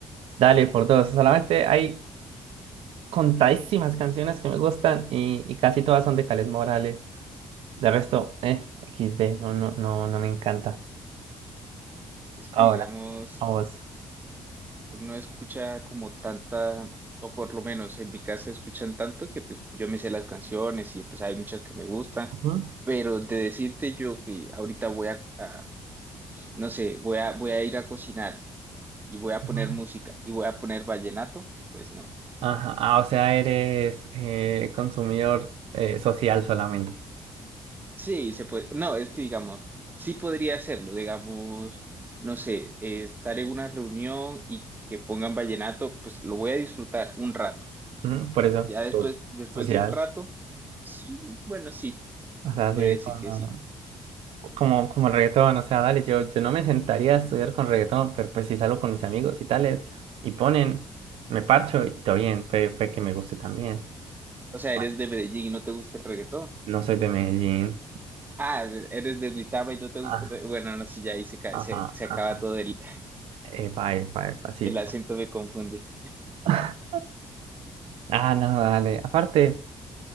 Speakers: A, on the right (about 75°); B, on the right (about 20°).
A: dale por dos. Solamente hay contadísimas canciones que me gustan y, y casi todas son de Caled Morales. De resto, eh, XD, no, no, no, no me encanta.
B: Es
A: Ahora,
B: que, digamos,
A: a vos.
B: uno escucha como tanta, o por lo menos en mi casa escuchan tanto que pues yo me sé las canciones y pues hay muchas que me gustan,
A: Ujú,
B: pero de decirte yo que ahorita voy a, a, no sé, voy a, voy a ir a cocinar y voy a
A: ujú.
B: poner música y voy a poner vallenato, pues no.
A: Ajá. Ah, o sea, eres eh, consumidor eh, social solamente.
B: Sí, se puede. No, es que digamos, sí podría hacerlo, digamos, no sé, eh, estar en una reunión y que pongan vallenato, pues lo voy a disfrutar un rato.
A: Ujú, Por eso,
B: Ya después,
A: Claro.
B: después
A: social.
B: de un rato, sí, bueno, sí,
A: O sea,
B: podría
A: sí,
B: decir
A: como,
B: que sí.
A: como, como el reggaetón. O sea, dale, yo, yo no me sentaría a estudiar con reggaetón, pero pues si salgo con mis amigos y tales, y ponen, me parcho y todo bien, fue, fue que me guste también.
B: O sea, eres
A: Ah,
B: de Medellín y no te gusta el reggaetón.
A: No soy de Medellín.
B: Ah, eres de Duitama y no te gusta
A: Ah,
B: el reggaetón. Bueno, no, sí, ya ahí se, ca-
A: ajá,
B: se, se
A: ajá.
B: acaba todo el,
A: Epa, epa, epa, sí.
B: el acento, me confunde.
A: <laughs> Ah, no, dale. Aparte.